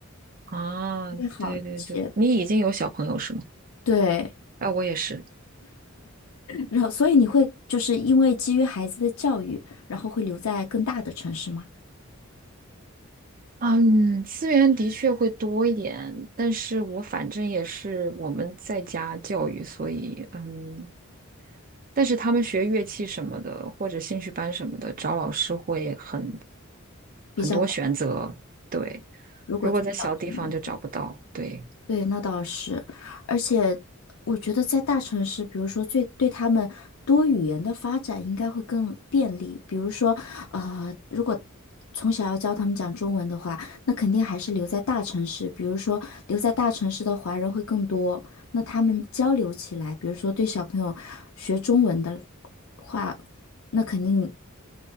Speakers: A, on the right; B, on the left.
A: 啊，
B: 会好一些。
A: 对对对，你已经有小朋友是吗？
B: 对，
A: 哎，我也是。
B: 然后所以你会就是因为基于孩子的教育，然后会留在更大的城市吗？
A: 嗯，资源的确会多一点，但是我反正也是我们在家教育，所以嗯，但是他们学乐器什么的，或者兴趣班什么的，找老师会很
B: 比较，
A: 很多选择。对，
B: 如果做小镇的话。
A: 如果在小地方就找不到。对，
B: 对，那倒是，而且我觉得在大城市，比如说最对他们多语言的发展应该会更便利。比如说，呃，如果从小要教他们讲中文的话，那肯定还是留在大城市。比如说，留在大城市的华人会更多，那他们交流起来，比如说对小朋友学中文的话，那肯定